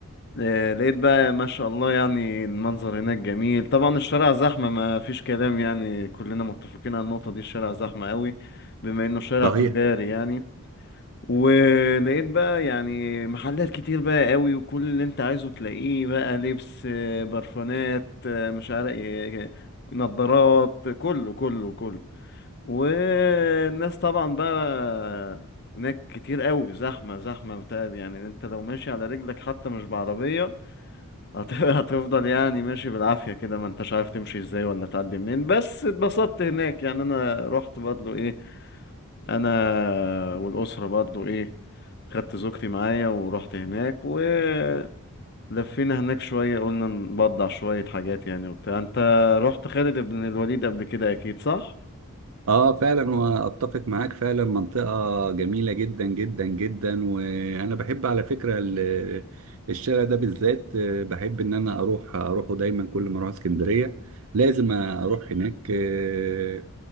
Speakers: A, on the left (about 45°); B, on the right (about 75°).
A: أه لقيت بقى ما شاء الله يعني المنظر هناك جميل طبعا الشارع زحمه ما فيش كلام يعني كلنا متفقين على النقطه دي الشارع زحمه قوي بما انه شارع
B: صحيح
A: تجاري يعني ولقيت بقى يعني محلات كتير بقى قوي وكل اللي انت عايزه تلاقيه بقى لبس آه، برفانات آه، مش عارف ايه نظارات كله كله كله والناس طبعا بقى هناك كتير قوي زحمة زحمة بتاع يعني انت لو ماشي على رجلك حتى مش بعربية هت- <laughs> هتفضل يعني ماشي بالعافية كده ما انتش عارف تمشي ازاي ولا تعدي منين بس اتبسطت هناك يعني انا رحت برضو ايه انا والاسره برضو ايه خدت زوجتي معايا ورحت هناك ولفينا هناك شويه قلنا نبضع شويه حاجات يعني وبتاع انت رحت خالد بن الوليد قبل كده اكيد صح
B: اه فعلا واتفق معاك فعلا منطقة جميلة جدا جدا جدا وانا بحب على فكرة ال- الشارع ده بالذات آه، بحب ان انا اروح اروحه دايما كل ما اروح اسكندرية لازم اروح هناك آه،